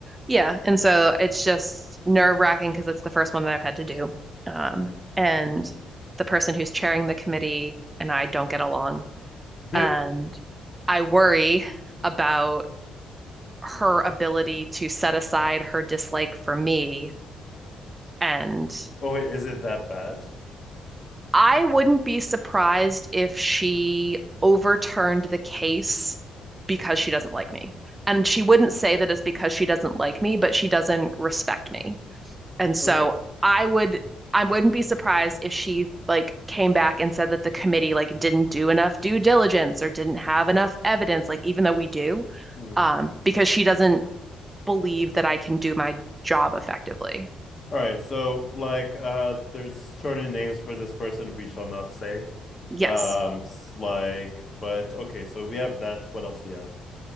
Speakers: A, on the right; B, on the left.
A: Yeah, and so it's just nerve wracking because it's the first one that I've had to do. Um,
B: Mm.
A: and the person who's chairing the committee and I don't get along.
B: <laughs>
A: And I worry about her ability to set aside her dislike for me. And
B: oh, wait, is it that bad?
A: I wouldn't be surprised if she overturned the case because she doesn't like me. And she wouldn't say that it's because she doesn't like me, but she doesn't respect me. And so
B: Okay.
A: I would I wouldn't be surprised if she like came back and said that the committee like didn't do enough due diligence or didn't have enough evidence, like even though we do,
B: Mm.
A: um, because she doesn't believe that I can do my job effectively.
B: All right. So, like, uh, there's certain names for this person we shall not say.
A: Yes.
B: Um, s- like, but okay. So we have that. What else do you have?